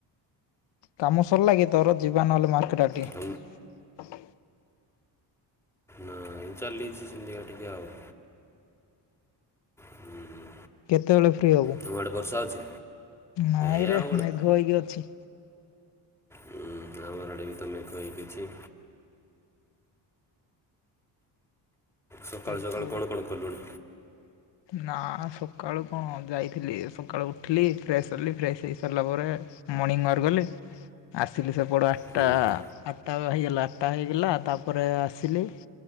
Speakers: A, on the left; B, in the centre.
A: କାମ ସରିଲାକି ତୋର ଯିବା ନହେଲେ ମାର୍କେଟ ଆଡେ ଟିକେ।
B: ତମ ନାଇଁ ଚାଲିଛି ସେମତି ଏକା ଟିକେ ଆଉ। ହୁଁ,
A: କେତେବେଳେ ଫ୍ରି ହବୁ?
B: ତମ ଆଡ଼େ ବର୍ଷା ହେଉଛି
A: ନାଇଁରେ
B: ଏ ଆଉ
A: ମେଘ ହେଇକି ଅଛି।
B: ହୁଁ ଆମର ଆଡ଼େ ବି ତ ମେଘ ହେଇକି ଅଛି। ସକାଳୁ
A: ଏପଟୁ
B: ସକାଳୁ କଣ କଣ କଲୁଣି?
A: ନା ସକାଳୁ କଣ ଯାଇଥିଲି ସକାଳୁ ଉଠିଲି ଫ୍ରେଶ୍ ହେଲି ଫ୍ରେଶ ହେଇସାରିଲା ପରେ ମର୍ଣ୍ଣିଂ ୱାରକ୍ ଗଲି ଆସିଲି ସେପଟୁ ଆଠଟା
B: ହୁଁ ହୁଁ
A: ଆଠ ଟା ହେଇଗଲା ଆଠଟା ହେଇଗଲା ତାପରେ ଆସିଲି